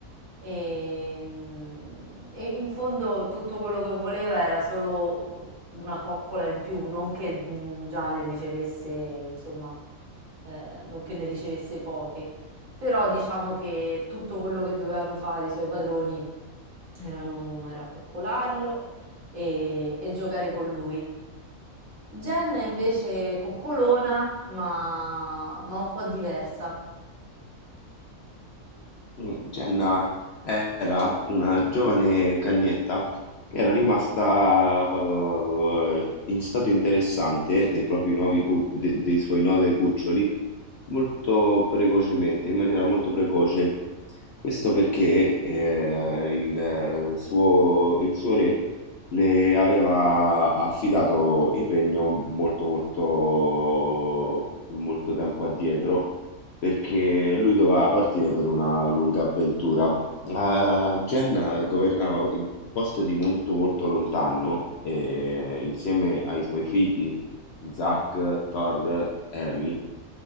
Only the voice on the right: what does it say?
e, mm, e in fondo tutto quello che voleva era solo una coccola in più, non che mm, già ne ricevesse, insomma, eh, non che ne ricevesse poche. Però diciamo che tutto quello che dovevano fare i suoi padroni erano- era coccolarlo e, e giocare con lui. Jen è invece coccolona, ma, ma un po' diversa.